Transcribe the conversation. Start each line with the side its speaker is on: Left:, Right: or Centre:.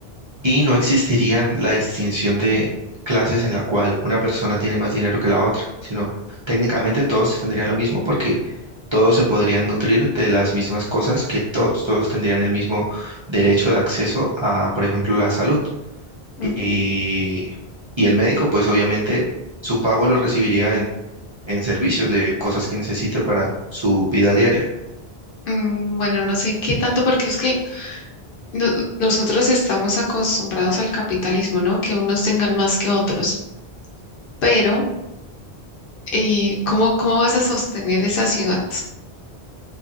Right: y no existiría la distinción de clases en la cual una persona tiene más dinero que la otra, sino técnicamente todos tendrían lo mismo porque todos se podrían nutrir de las mismas cosas que todos, todos tendrían el mismo derecho de acceso a, por ejemplo, la salud.
Left: Ujú.
Right: Y, y el médico, pues obviamente su pago lo recibiría en, en servicios de cosas que necesite para su vida diaria.
Left: Mm, bueno, no sé qué tanto, porque es que no- nosotros estamos acostumbrados al capitalismo, ¿no? Que unos tengan más que otros. pero eh, ¿cómo, cómo vas a sostener esa ciudad